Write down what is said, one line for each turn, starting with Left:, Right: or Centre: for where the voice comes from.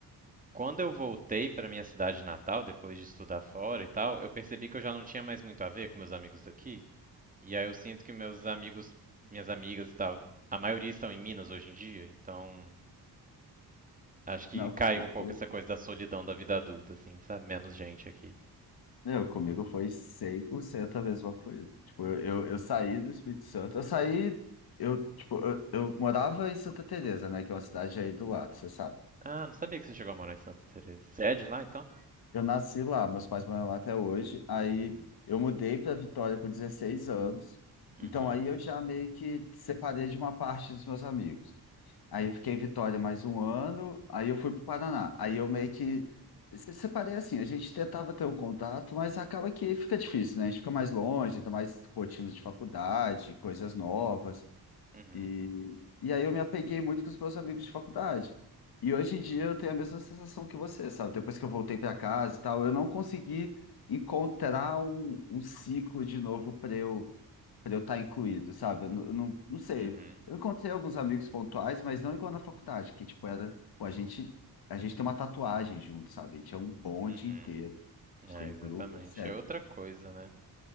Right: quando eu voltei para minha cidade natal, depois de estudar fora e tal, eu percebi que eu já não tinha mais muito a ver com meus amigos daqui. E aí eu sinto que meus amigos, minhas amigas e tal, a maioria estão em Minas hoje em dia, então Acho que
Left: Não,
Right: caiu
Left: comigo,
Right: um pouco essa coisa da solidão da vida adulta, assim, sabe? Menos gente aqui.
Left: meu, comigo foi 100% a mesma coisa. Tipo, eu, eu, eu saí do Espírito Santo, eu saí, eu, tipo, eu, eu morava em Santa Teresa, né? Que é uma cidade aí do lado, você sabe.
Right: Ah, não sabia que você chegou a morar em Santa Teresa. Você é de lá, então?
Left: Eu nasci lá, meus pais moram lá até hoje. Aí
Right: Hum.
Left: eu mudei para Vitória com 16 anos.
Right: Uhum,
Left: Então aí eu já meio que separei de uma parte dos meus amigos. Aí eu fiquei em Vitória mais um ano, aí eu fui para o Paraná. Aí eu meio que se separei assim, a gente tentava ter um contato, mas acaba que fica difícil, né? A gente fica mais longe, ainda mais rotina de faculdade, coisas novas.
Right: uhum,
Left: E, e aí eu me apeguei muito com os meus amigos de faculdade. E hoje em dia eu tenho a mesma sensação que você, sabe? Depois que eu voltei para casa e tal, eu não consegui encontrar um, um ciclo de novo para eu para eu estar incluído, sabe? Eu, não, eu não não sei.
Right: uhum,
Left: Eu encontrei alguns amigos pontuais, mas não igual na faculdade, que tipo era, pô, a gente a gente tem uma tatuagem junto, sabe? A gente é um bonde
Right: uhum.
Left: inteiro. A gente
Right: É,
Left: tem
Right: exatamente.
Left: um grupo, etc.
Right: É outra coisa, né?